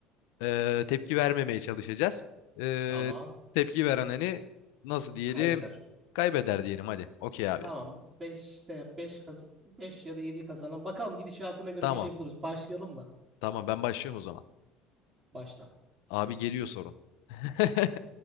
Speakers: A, on the left; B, on the right.
A: e, tepki vermemeye çalışacağız. E,
B: Tamam.
A: tepki veren hani nasıl diyelim
B: Kaybeder.
A: kaybeder diyelim hadi. Okey abi.
B: Tamam. 5'te 5 kaz 5 ya da 7'yi kazanan. Bakalım gidişatına göre
A: Tamam
B: bir şey buluruz. Başlayalım da.
A: tamam ben başlıyorum o zaman.
B: Başla.
A: Abi geliyor sorun. <laughs>